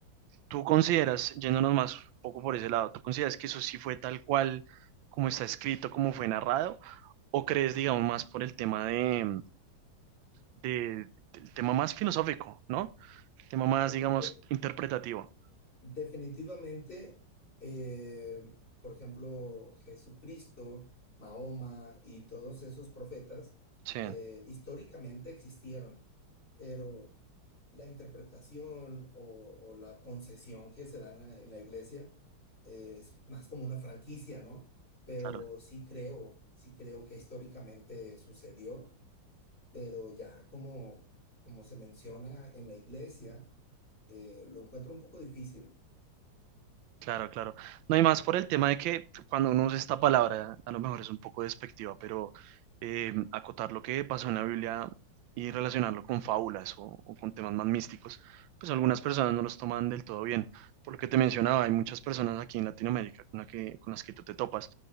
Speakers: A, on the right (about 85°); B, on the left (about 30°).
A: ¿Tú consideras, yéndonos más un poco por ese lado, ¿tú consideras que eso sí fue tal cual como está escrito, como fue narrado? ¿O crees, digamos, más por el tema de, de- del tema más filosófico, ¿no? El tema más,
B: Yo
A: digamos,
B: creo que
A: interpretativo.
B: Definitivamente, eh, por ejemplo, Jesucristo, Mahoma y todos esos profetas
A: Sí,
B: eh, históricamente existieron, pero la interpretación o, o la concesión que se da en la, en la iglesia eh, es más como una franquicia, ¿no? Pero
A: claro.
B: sí creo, sí creo que históricamente sucedió, pero ya como, como se menciona en la iglesia, eh, lo encuentro un poco difícil.
A: Claro, claro. No hay más por el tema de que cuando uno usa esta palabra, a lo mejor es un poco despectiva, pero eh, acotar lo que pasó en la Biblia y relacionarlo con fábulas o, o con temas más místicos, pues algunas personas no los toman del todo bien. Por lo que te mencionaba, hay muchas personas aquí en Latinoamérica con, la que- con las que tú te topas,